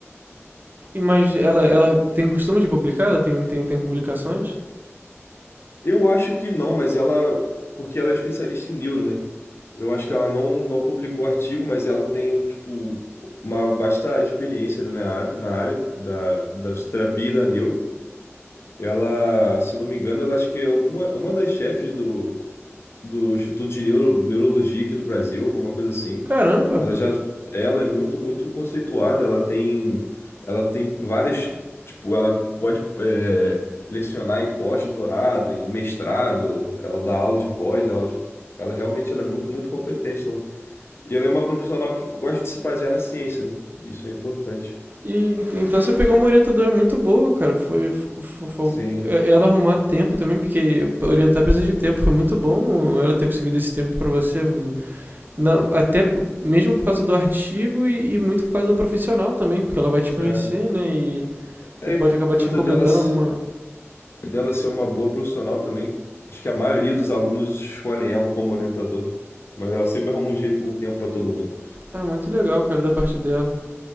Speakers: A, on the right; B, on the left.
A: Mas ela, ela tem o costume de publicar? Ela tem, tem, tem publicações?
B: Eu acho que não, mas ela... Porque ela é especialista em neuro, né? Eu acho que ela não, não publicou artigo, mas ela tem, tipo, uma vasta experiência, né, na área, na área da, da fisioterapia e da neuro. Ela, se eu não me engano, ela acho que é alguma, uma das chefes do do Instituto de Neuro- Neurologia aqui do Brasil, alguma coisa assim.
A: Caramba!
B: Ela já, ela é muito, muito conceituada. Ela tem, ela tem várias, tipo, ela pode é, lecionar em pós-doutorado, em mestrado. Ela dá aula de pós, aula de- ela realmente ela é muito, muito competente. Não? E ela é uma profissional que gosta de se basear na ciência, né? Isso é importante.
A: E, então você pegou uma orientadora muito boa, cara. Foi, fo- fo-
B: Sim.
A: é- Ela arrumar tempo também, porque orientar precisa de tempo. Foi muito bom ela ter conseguido esse tempo pra você. Não, até mesmo por causa do artigo e, e muito por causa do profissional também, porque ela vai te conhecer,
B: É,
A: né? E,
B: é,
A: e pode
B: e por
A: acabar
B: conta
A: te recomendando
B: delas.
A: alguma.
B: E dela ser uma boa profissional também. Acho que a maioria dos alunos escolhem ela como orientador. Mas ela sempre arruma um jeito, um tempo para todo mundo.
A: Ah, muito legal, cara, da parte dela.